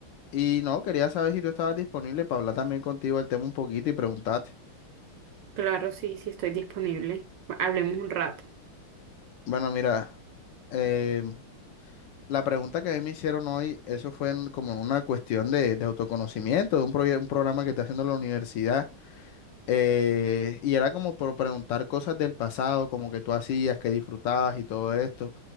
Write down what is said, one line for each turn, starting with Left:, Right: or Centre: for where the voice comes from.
Left: Y no, quería saber si tú estabas disponible para hablar también contigo del tema un poquito y preguntarte.
Right: Claro, sí, sí estoy disponible. Hablemos un rato.
Left: Bueno, mira, eh, la pregunta que a mí me hicieron hoy, eso fue en- como en una cuestión de, de autoconocimiento, de un, proye- un programa que está haciendo la universidad. Eh, y era como por preguntar cosas del pasado, como que tú hacías, que disfrutabas y todo esto.